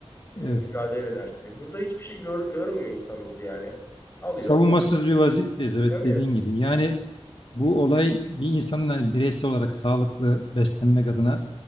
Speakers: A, on the left (about 25°); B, on the left (about 55°).
A: e,
B: Evet.
A: mücadele edersin diye. Burada hiçbir şey gör, görmüyor insanımız yani. Alıyor.
B: Savunmasız bir vaziyetteyiz evet
A: Tabii.
B: dediğin gibi. Yani Bu olay bir insanın hani bireysel olarak sağlıklı beslenmek adına